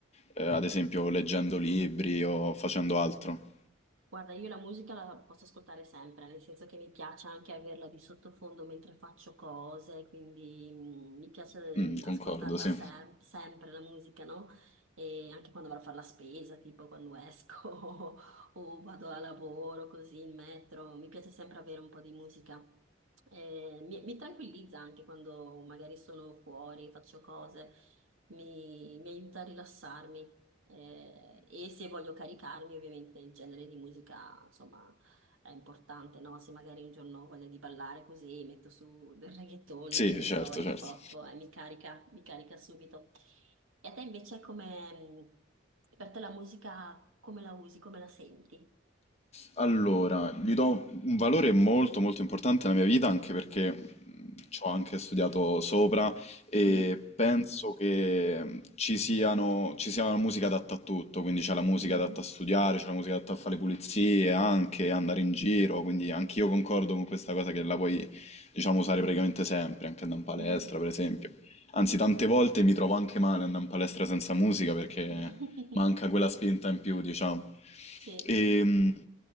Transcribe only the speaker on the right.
Guarda, io la musica la posso ascoltare sempre, nel senso che mi piace anche averla di sottofondo mentre faccio cose, quindi mm, mi piace
eh, ascoltarla
sem- sempre la musica, no? E anche quando vado a fare la spesa, tipo quando esco <laughs> o vado a lavoro, così in metro, mi piace sempre avere un po' di musica. Eh, mi, mi tranquillizza anche quando magari sono fuori, faccio cose, mi mi aiuta a rilassarmi. Eh, e se voglio caricarmi, ovviamente il genere di musica, insomma, è importante, no? Se magari un giorno ho voglia di ballare così, metto su del reggaeton,
che ne
so, hip
hop, e mi carica, mi carica subito. E a te invece come, mh, per te la musica, come la usi, come la senti?
Mhm.
Mm.
Mhm.
Mhm.
<laughs>
Sì.